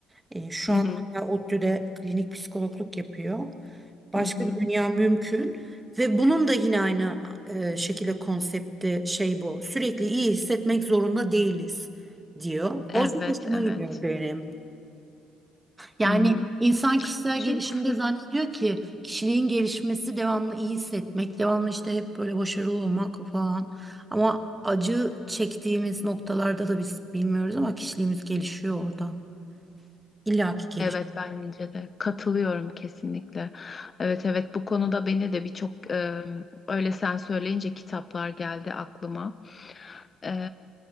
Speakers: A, on the right; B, on the left.
A: E, şu
B: Hı
A: an
B: hı.
A: hala ODTÜ'de klinik psikologluk yapıyor. Başka
B: Hı hı.
A: bir dünya mümkün ve bunun da yine aynı e, şekilde konsepti şey bu. Sürekli iyi hissetmek zorunda değiliz diyor.
B: Evet
A: O çok hoşuma
B: evet.
A: gidiyor benim. Yani
B: Hı hı.
A: insan kişisel
B: Çünkü
A: gelişimde zannediyor ki kişiliğin gelişmesi devamlı iyi hissetmek, devamlı işte hep böyle başarılı olmak falan. Ama acı çektiğimiz noktalarda da biz bilmiyoruz ama kişiliğimiz gelişiyor orada. İlla ki gelişiyor.
B: Evet bence de katılıyorum kesinlikle. Evet evet bu konuda beni de birçok e, öyle sen söyleyince kitaplar geldi aklıma. E,